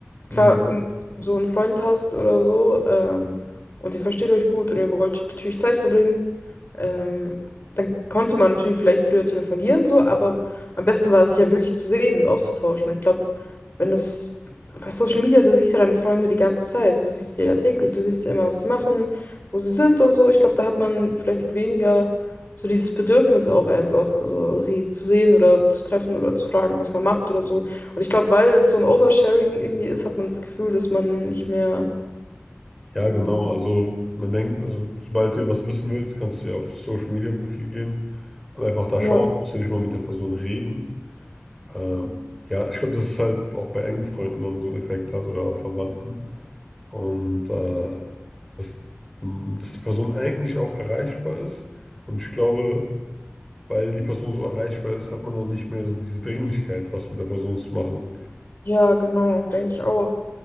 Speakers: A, in the centre; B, on the left.
A: Hm.
B: klar, wenn du so einen Freund hast oder so, ähm, und ihr versteht euch gut und ihr wollt natürlich Zeit verbringen, ähm, dann konnte man natürlich vielleicht früher telefonieren, so, aber am besten war es ja wirklich zu sehen und auszutauschen. Und ich glaube, wenn das bei Social Media, du siehst ja deine Freunde die ganze Zeit, du siehst sie ja täglich, du siehst ja immer, was sie machen, wo sie sind und so. Ich glaube, da hat man vielleicht weniger so dieses Bedürfnis auch einfach, so sie zu sehen oder zu treffen oder zu fragen, was man macht oder so. Und ich glaube, weil es so ein Oversharing irgendwie ist, hat man das Gefühl, dass man nicht mehr.
A: Ja,
B: Ähm,
A: genau. Also man denkt, also sobald du was wissen willst, kannst du ja auf das Social Media Profil gehen und einfach da
B: ja,
A: schauen. Du musst ja nicht mal mit der Person reden. Ähm, ja, ich glaube, das ist halt auch bei engen Freunden dann so einen Effekt hat oder auch Verwandten. Und äh, dass, mh, dass die Person eigentlich auch erreichbar ist. Und ich glaube, weil die Person so erreichbar ist, hat man dann nicht mehr so diese Dringlichkeit, was mit der Person zu machen.
B: ja, genau, denke ich auch.